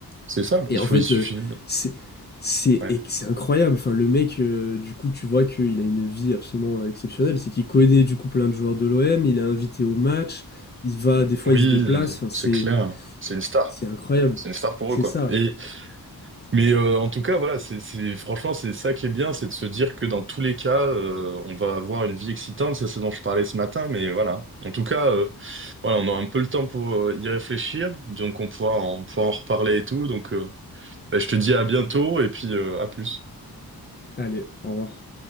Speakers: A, on the right; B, on the left.
A: C'est ça.
B: Et
A: Il
B: en
A: faut,
B: fait,
A: il suffit.
B: le, c'est, c'est,
A: Ouais.
B: et c'est incroyable. Enfin, le mec, euh, du coup, tu vois qu'il a une vie absolument exceptionnelle. C'est qu'il connaît, du coup, plein de joueurs de l'OM, il est invité au match, il va, des fois,
A: Oui,
B: il se déplace. Enfin,
A: c'est
B: c'est,
A: clair. C'est une star.
B: c'est incroyable.
A: C'est une star pour
B: C'est
A: eux, quoi.
B: ça.
A: Et Mais euh, en tout cas, voilà, c'est, c'est, franchement, c'est ça qui est bien, c'est de se dire que dans tous les cas, euh, on va avoir une vie excitante, c'est ce dont je parlais ce matin, mais voilà. En tout cas, euh, voilà, on aura un peu le temps pour euh, y réfléchir, donc on pourra en, on pourra en reparler et tout. Donc, euh, bah, je te dis à bientôt et puis euh, à plus.
B: Allez, au revoir.